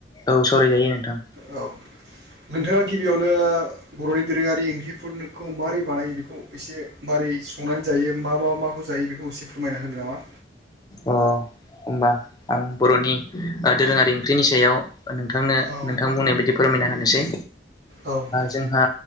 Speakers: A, on the left (about 20°); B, on the right (about 60°).
A: औ सावरायजायो नोंथां।
B: औ नोंथाङा गिबियावनो बर'नि दोरोङारि ओंख्रिखौ माबोरै बानायो बेखौ एसे मारै संनानै जायो मा मा माखौ जायो बेखौ एसे फोरमायना होनो नामा?
A: अ होमबा आं बर'नि दोरोङारि ओंख्रिनि सायाव नोंथांनो
B: औ
A: नोंथां बुंनाय बायदि फोरमायना होनोसै
B: औ
A: जोंहा